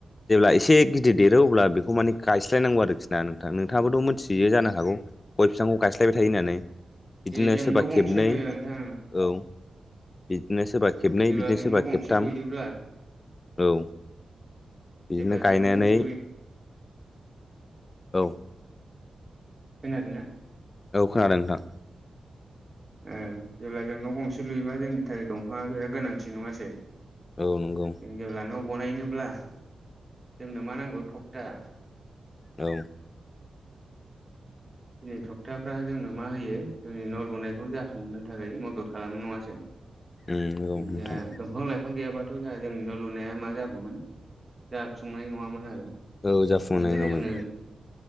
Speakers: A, on the left; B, on the right.
A: जेब्ला एसे गिदिर देरो अब्ला बेखौ माने गायस्लायनांगौ आरोखि। ना नोंथां नोंथाङाबोथ' मोन्थियो जानो हागौ गय फिफांखौ गायस्लायबाय थायो होननानै। बिदिनो
B: दे जों
A: सोरबा
B: न' गंसे
A: खेबनै
B: लुयो नोंथां
A: औ। बिदिनो सोरबा
B: औ
A: खेबनै
B: जेब्ला
A: बिदिनो
B: जों
A: सोरबा
B: न' गंसे
A: खेबथाम
B: लुयोब्ला
A: औ। बिदिनो
B: जेब्ला जों
A: गायनानै
B: न' गंसे लुयो
A: औ।
B: खोनादोंना?
A: औ खोनादों नोंथां
B: ओ जेब्ला जों न' गंसे लुयोबा जोंनि थाखाय दंफाङआ बिराद गोनांथि नङासै।
A: औ नोंगौ।
B: जों जेब्ला न' बनायनोब्ला जोंनो मा नांगौ थकथा।
A: औ।
B: दिनै थक्टाफ्रा जोंनो मा होयो जोंनि न' लुनायखौ जाफुंहनो थाखाय मदद खालामो नङासै।
A: उम नंगौ
B: जाहा
A: नोंथां
B: दंफां लायफां गैयाबा थ' जाहा जोंनि न' लुनाया मा जागौमोन जाफुंनाय नङामोन आरो।
A: औ जाफुंनाय
B: इनिखायनो
A: नङामोन
B: जोंनो